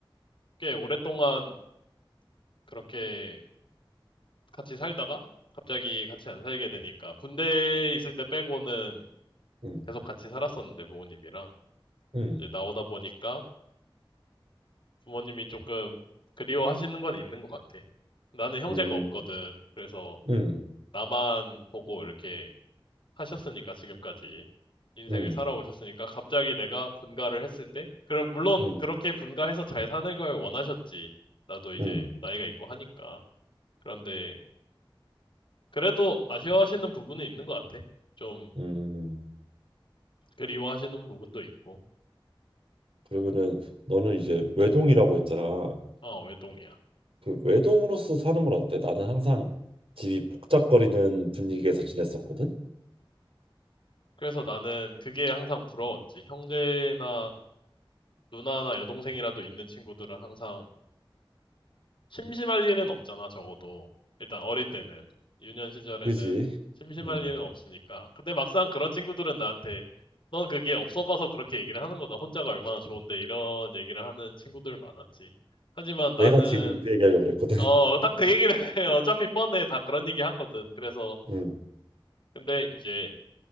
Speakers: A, on the left (about 65°); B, on the right (about 85°).
A: 꽤 오랫동안 그렇게 같이 살다가 갑자기 같이 안 살게 되니까 군대에 있을 때 빼고는
B: 응,
A: 계속 같이 살았었는데 부모님이랑
B: 응,
A: 이제 나오다 보니까 부모님이 조금 그리워하시는 건 있는 것 같아. 나는 형제가
B: 응,
A: 없거든. 그래서
B: 응,
A: 나만 보고 이렇게 하셨으니까 지금까지 인생을
B: 응,
A: 살아오셨으니까 갑자기 내가 분가를 했을 때 그럼 물론
B: 응,
A: 그렇게 분가해서 잘 사는 걸 원하셨지. 나도 이제
B: 응,
A: 나이가 있고 하니까. 그런데 그래도 아쉬워하시는 부분은 있는 것 같아. 좀
B: 응.
A: 그리워하시는 부분도 있고.
B: 그러면은 너는 이제 외동이라고 했잖아.
A: 아, 외동이야.
B: 그 외동으로서 사는 건 어때? 나는 항상 집이 복잡거리는 분위기에서 지냈었거든.
A: 그래서 나는 그게 항상 부러웠지. 형제나 누나나 여동생이라도 있는 친구들은 항상 심심할 일은 없잖아, 적어도. 일단 어릴 때는. 유년 시절에는
B: 그지?
A: 심심할
B: 응.
A: 일은 없으니까. 근데 막상 그런 친구들은 나한테 넌 그게 없어 봐서 그렇게 얘기를 하는 거다. 혼자가 얼마나 좋은데 이런 얘기를 하는 친구들 많았지. 하지만 나는
B: 내가 지금 그 얘기하려고 그랬거든.
A: 어,
B: <laughs>
A: 딱 그 얘기를 <laughs> 해. 어차피 뻔해. 다 그런 얘기 하거든. 그래서
B: 응.
A: 근데 이제